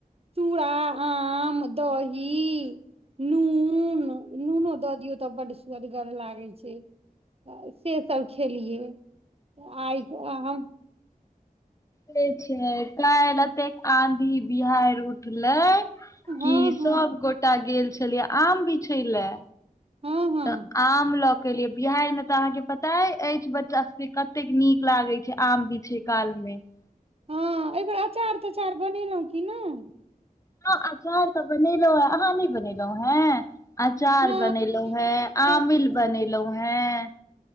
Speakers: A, on the right; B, on the left.
A: चूड़ा आम दही नून नूनो दऽ दियौ तऽ बड्ड स्वादगर लागइ छै सेसभ खेलियै आइ हम
B: तै छै काल एतेक आँधी बिहारि उठलै
A: हँ
B: कि
A: हँ
B: सब गोटा गेल छलयै आम बीछै लए
A: हँ हँ
B: तऽ आम लक केलिये बिहाइरमे तऽ अहाँ के पताए अछि बच्चा सब के कते नीक लागे छै आम बीछै कालमे <inaudible>
A: हँ अइ बेेर अचार तचार बनेलहुँ की नहि
B: हँ अचार तऽ बनेलउ हं अहाँ नइ बनेलउ हैं अचार
A: नहि
B: बनेलउ हें
A: एहि बेर
B: आमिल बनेलउ हें